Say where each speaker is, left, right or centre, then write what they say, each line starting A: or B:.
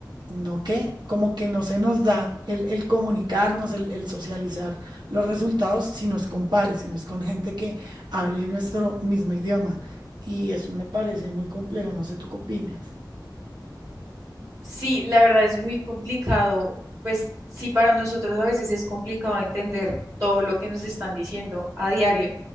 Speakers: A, on the right (about 70°); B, on the right (about 45°).
A: no qué, como que no se nos da el, el comunicarnos, el, el socializar los resultados si nos compares, si nos con gente que hable nuestro mismo idioma. Y eso me parece muy complejo, no sé tú qué opinas.
B: Sí, la verdad es muy complicado. Pues sí, para nosotros a veces es complicado entender todo lo que nos están diciendo a diario